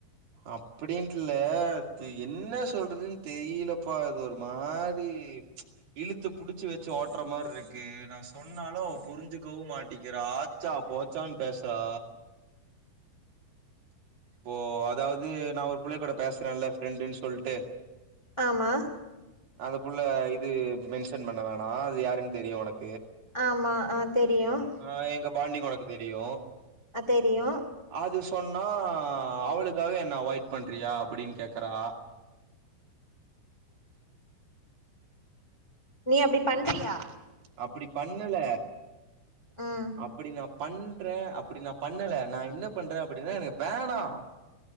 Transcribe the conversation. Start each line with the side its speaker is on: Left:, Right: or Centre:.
Right: அப்டின்ட்டு இல்ல அது என்ன சொல்றதுன்னு தெரியலப்பா இது ஒரு மாரி இழுத்து புடிச்சு வச்சு ஓட்டுற மாரி இருக்கு நா சொன்னாலு அவ புரிஞ்சுக்கவும் மாட்டிக்கிற ஆச்சா போச்சான்னு பேசுறா இப்போ அதாவது நா ஒரு பிள்ளை கூட பேசுறேன்ல ஃப்ரெண்டுன்னு சொல்லிட்டு
Left: ஆமா
Right: அந்த புள்ள இது மென்ஷன் பண்ண வேணா அது யாருன்னு தெரியு உனக்கு
Left: ஆமா அ தெரியும்
Right: ஆ எங்க பாண்டிங் உனக்கு தெரியு
Left: அ தெரியு
Right: அது சொன்னா அவளுக்காக என்ன அவாய்ட் பண்றியா அப்டின்னு கேக்குறா
Left: நீ அப்டி பண்றியா
Right: அப்டி பண்ணல
Left: ம்
Right: அப்டி நா பண்றே அப்படி நா பண்ணல நா என்ன பண்றேன் அப்டின்னா எனக்கு வேணா